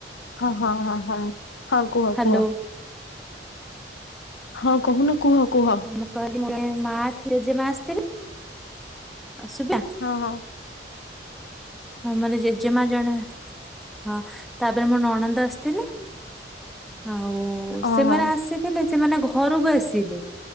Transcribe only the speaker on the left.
ହଁ ହଁ ହଁ ହଁ ହଁ କୁହ
କୁହ ହଁ କହୁନ କୁହ କୁହ।
ହଁ ହଁ।
ହଁ
ହଁ